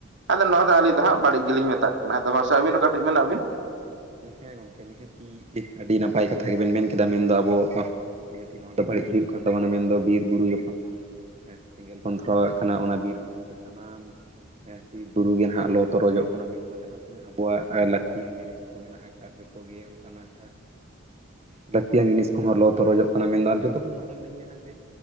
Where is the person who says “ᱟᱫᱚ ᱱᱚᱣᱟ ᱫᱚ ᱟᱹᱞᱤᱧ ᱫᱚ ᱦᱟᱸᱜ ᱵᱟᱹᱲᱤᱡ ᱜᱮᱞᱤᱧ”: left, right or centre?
Right